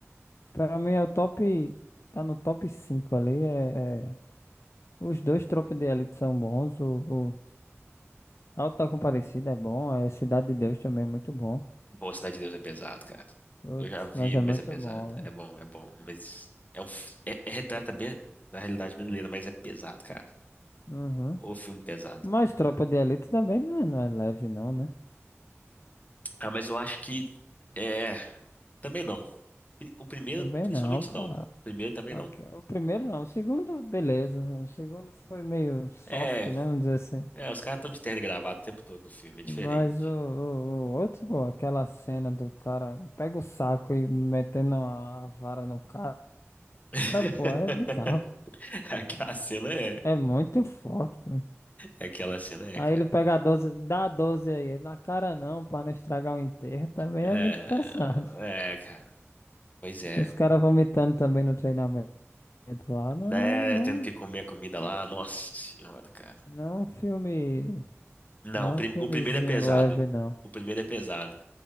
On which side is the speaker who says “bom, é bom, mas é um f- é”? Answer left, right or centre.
Left